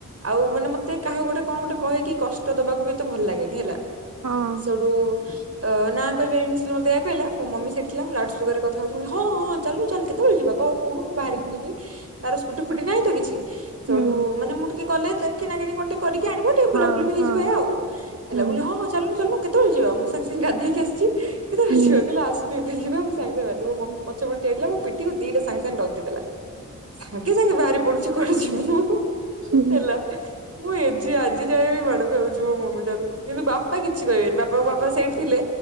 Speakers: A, on the right; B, on the right.
A: ଆଉ ମାନେ ମତୋହାକୁ ଗୋଟେ କଣ ଗୋଟେ କହିକ କ ଦବାକୁ ବି ତ ଭଲ ଲାଗେନି ହେଲା
B: ହଁ
A: ସେଠୁ ଅ ନାଁ କହିପାରିବିନି ମୋତୋ କହିଲା ମୋ ମମି ସେଠଥିଲା ମୁ ଲାଉଡସ୍ପୁକରେ କଛି ବୋଲି ହଁ ହଁ ଚାଲୁ ଚାଲୁ କେତେବେଳେ ଯିବା କହୁଣ ମୁ ବାହାରିକି ଯି ତାର ସ୍କୁଟି ଫୁଟି ନାହିଁ ତ କିଛି ସେଠୁ
B: ହୁଁ
A: ମାନେ ମୁଁ କି କଲେ କିଣାଣି କଣ ଟିକିକି ଆଣିବ ଟେ
B: ହଁ
A: ବୁଲା ବୁଲି ବି ହେଇଯିବ
B: ହଁ
A: ଏଇୟା ଆଉ
B: ହୁଁ
A: ହଁ ଚାଲୁନୁ ଚାଲୁନୁ। କେତବେଳେ ଯ ମୁଁ ସାଙ୍ଗ ସାଙ୍ଗେ ଗାଧୋଇକି ଆସିଛି। କେତେବେଳେ
B: ହୁଁ।
A: ଯିବା କହିଲା ଆସୁନୁ ଏବେ ଯିବା ସାଙ୍ଗ ସାଙ୍ଗ ପଛ ପଟ ଆଇିଲ ମ ପିଠକୁ ଦିଟା ସାଙ୍ଗ ସାଙ୍ଗ ନଦୀଦେଲା। ସାଙ୍ଗେ ସାଙ୍ଗେ ବାହାରି ପଡୁଚ କୁଆଡେ ଯିବି ମୁଁ।
B: ହୁଁ
A: ହେଲା। ମୁଁ ଏଜି ଆଜି ଯାଏ ବି ମାଡ ଖାଉଚି ମୋ ମମି ଠାରୁ କିନ୍ତୁ ବାପା କିଛି କହିବେନି ବାପା ବାପା ସେଇଠି ଥିଲେ